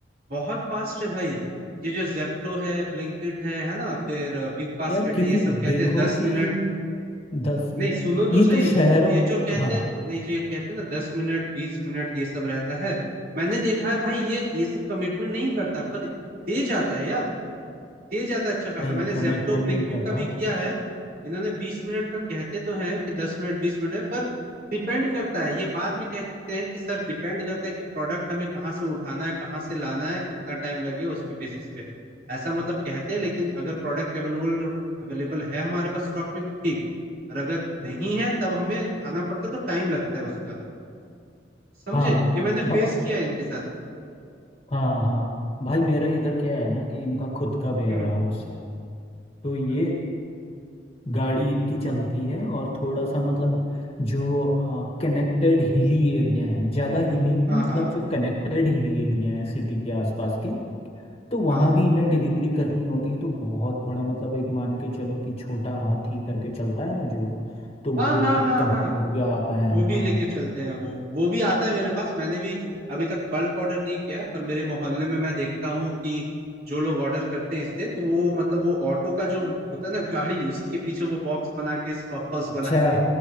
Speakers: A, on the right; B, on the left.
A: बहुत फास्ट है भाई ये जो जेप्टो है ब्लिंकिट है है ना फिर बिग बास्केट
B: यार क्योंकि
A: है ये सब कहते
B: देखो
A: हैं दस
B: कि
A: मिनट
B: दस मिनट
A: नहीं सुनो तो
B: ये
A: सही
B: तो शहरों
A: ये जो कहते
B: हाँ
A: हैं नहीं जो ये कहते हैं ना दस मिनट बीस मिनट ये सब रहता है मैंने देखा है भाई ये ये सब कमिटमेंट नहीं करता पर दे जाता है यार दे जाता है अच्छा खासा
B: नहीं
A: मैंने
B: कमिटमेंट
A: जेप्टो ब्लिंकिट
B: नहीं करता
A: का भी किया है इन्होंने बीस मिनट का कहते तो हैं कि दस मिनट बीस मिनट है पर डिपेंड करता है ये बाद में क्या कहते हैं कि सर डिपेंड करता है कि प्रोडक्ट हमें कहाँ से उठाना है कहाँ से लाना है कितना टाइम लगे उसके बेसिस पे ऐसा मतलब कहते हैं लेकिन अगर प्रोडक्ट अवेलेबल अवेलेबल है हमारे पास स्टॉक में तो ठीक और अगर नहीं है तब हमें उठाना पड़ता है तो टाइम लगता है उसका समझे
B: हाँ
A: कि मैंने फेस
B: ब-
A: किया है इनके साथ
B: हाँ हाँ भाई मेरे इधर क्या है ना कि इनका खुद का वेयर
A: हम्म
B: हाउस है तो ये
A: अच्छा
B: गाड़ी इनकी चलती है और थोड़ा सा मतलब जो कनेक्टेड हिली एरिया है ज़्यादा हिली नहीं
A: हाँ
B: मतलब
A: हाँ
B: जो कनेक्टेड हिली एरिया है सिटी के आसपास के तो वहाँ
A: हाँ
B: भी इन्हें डिलीवरी करनी होती है तो बहुत बड़ा मतलब एक मान के चलो कि छोटा हाथी करके चलता है ना जो तो वो
A: हाँ हाँ
B: पू-
A: हाँ
B: कभी
A: हाँ
B: हो गया आता है
A: वो भी
B: हाँ
A: लेके चलते हैं वो वो भी आता है मेरे पास मैंने भी अभी तक बल्क ऑर्डर नहीं किया है पर मेरे मोहल्ले में मैं देखता हूँ कि जो लोग ऑर्डर करते हैं इससे तो वो मतलब वो ऑटो का जो होता है ना गाड़ी उसी के पीछे वो बॉक्स बना के स्टॉक हाउस
B: अच्छा
A: बना के